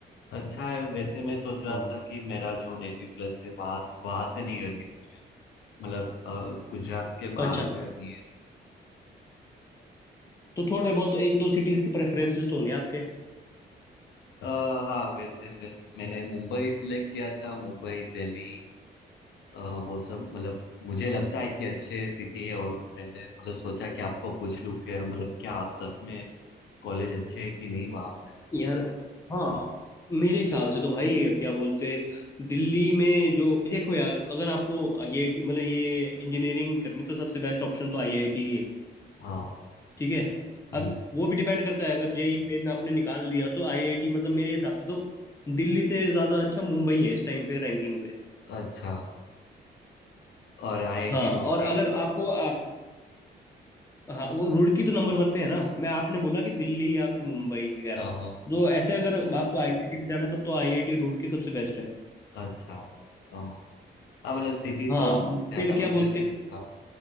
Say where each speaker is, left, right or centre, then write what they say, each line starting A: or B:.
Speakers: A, on the left; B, on the left.
A: अच्छा है वैसे मैं सोच रहा
B: हाँ
A: था कि मेरा जो नेटिव प्लेस है वहां वहां से नहीं करनी मुझे मतलब अ, गुजरात के
B: अच्छा
A: बाहर से करनी है
B: तो थोड़े बहुत एक दो सिटीज़ के प्रेफरेंसेस तो होंगे आपके
A: अ, हाँ वैसे मैं मैंने मुंबई सिलेक्ट किया था मुंबई दिल्ली अ, वो सब मतलब मुझे लगता है कि अच्छे सिटी है और मैंने मतलब सोचा कि आपको पूछ लूँ कि मतलब क्या सच में कॉलेज अच्छे है कि नहीं वहाँ पे
B: यार हाँ मेरे हिसाब से तो भाई क्या बोलते दिल्ली में जो देखो यार अगर आपको आईआईटी मतलब ये इंजीनियरिंग करनी तो सबसे बेस्ट ऑप्शन तो आईआईटी है
A: हाँ
B: ठीक है
A: हम्म,
B: अब वो भी डिपेंड करता है अगर जेई मेन आपने निकाल लिया तो आईआईटी मतलब मेरे हिसाब से तो दिल्ली से ज़्यादा अच्छा मुंबई है इस टाइम पे रैंकिंग पे
A: अच्छा और आईआईटी
B: हाँ
A: रुड़की
B: और अगर आपको आ, हाँ वो रुड़की तो नंबर वन पे है ना मैं आपने बोला कि दिल्ली या फिर मुंबई वगैरह
A: हाँ हाँ
B: तो ऐसे अगर आपको आईआईटी में जाना है तब तो आईआईटी रुड़की सबसे बेस्ट है
A: अच्छा हाँ हाँ मतलब सिटी
B: हाँ
A: तो ज्यादा
B: फिर
A: मैटर
B: क्या बोलते
A: नहीं करता
B: हैं